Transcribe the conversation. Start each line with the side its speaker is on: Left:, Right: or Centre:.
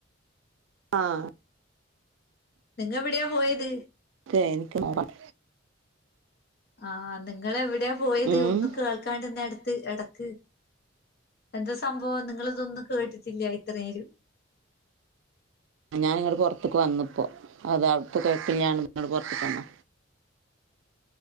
Right: ആഹ്
Left: നിങ്ങ എവിടെയാ പോയത്
Right: അതേ നിക്ക് നോമ്പണ്.
Left: ആഹ് നിങ്ങളെവിടെയാ പോയത്
Right: ഉം
Left: ഒന്നും കേൾക്കാണ്ടിന്നേ അടത്ത് ഇടക്ക്. എന്ത സംഭവം നിങ്ങളതൊന്നും കേട്ടിട്ടില്ല ഇത്രേനേരോം.
Right: ഞാന ഇങ്ങടെ പെറത്തക്ക് വന്നിപ്പോ അത് അവിടുത്ത കേക്കണില്ല <unintelligible> പൊർത്തുക്ക് വന്ന്.